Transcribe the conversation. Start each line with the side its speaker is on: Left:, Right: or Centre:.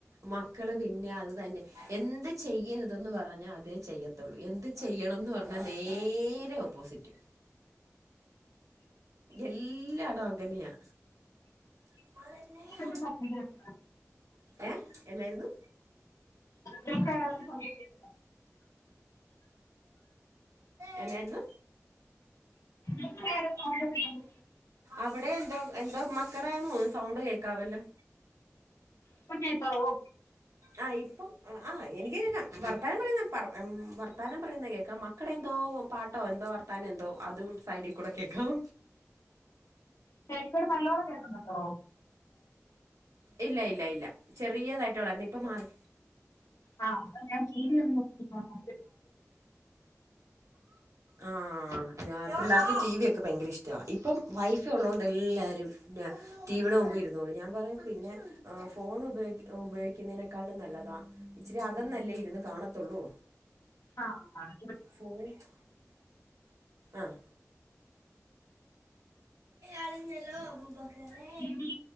Right: മക്കള് പിന്നെ അത് തന്നെ എന്ത് ചെയ്യരുതെന്ന് പറ ഞ്ഞാ അതേ ചെയ്യത്തുള്ളൂ എന്ത് ചെയ്യണംന്ന് പറഞ്ഞാൽ നേരെ ഓപ്പോസിറ്റ് എല്ലാടോ അങ്ങനെയാ അതന്നേ
Left: സപ്പ <unintelligible>
Right: ഏഹ് എന്നായിരുന്നു
Left: വിക്കാരോന്ന് സൗണ്ട് കേട്ടു
Right: എന്നായിരുന്നു
Left: ഇങ്ങൾ വേറെ സൗണ്ട് വെക്കല്ലേ
Right: അവിടെ എന്തോ എന്തോ മക്കടെന്നു സൗണ്ട് കേക്കാവല്ലോ
Left: പ്പൊ കേക്കാവോ
Right: ആ ഇപ്പം അ ആ എനിക്ക് കേക്കാം വർത്താനം പറയുന്ന പറ ഉം വർത്താനം പറയുന്നത് കേക്കാം മ മക്കടെന്തോ പാട്ടോ എന്തോ വർത്താനം എന്തോ അതും സൈഡികൂടെ കേക്കാം
Left: സൈഡ്ക്കൂടെ നല്ലോണം കേക്കുന്നുണ്ടോ
Right: ഇല്ല ഇല്ല ഇല്ല ചെറിയതായിട്ട് ഒള്ളായിരുന്നു ഇപ്പം മാറി
Left: ആ അതാ ഞാൻ ടി വി ഒന്നും വെച്ചട്ടില്ല <inaudible>
Right: ആ ഞ പിള്ളേർക്ക് ടി വി ഒക്കെ ഭയങ്കര ഇഷ്ടവാ ഇപ്പം വൈഫ് ഉള്ളോണ്ട് എല്ലാരുംന്നെ ടിവിയുടെ മുമ്പ് ഇരുന്നോളും ഞാൻ പറയും പിന്നെ ആ ഫോൺ ഉപയോഗി ഉപയോഗിക്കുന്നതിനേക്കാളും നല്ലതാ ഇച്ചിരി അകന്നല്ലേ ഇര്ന്ന് കാണത്തുള്ളൂ
Left: ആ മ്മാണ്
Right: ഫോണ്ക് ആഹ് അണഞ്ഞല്ലോ അബൂബക്കറേ
Left: ടി വി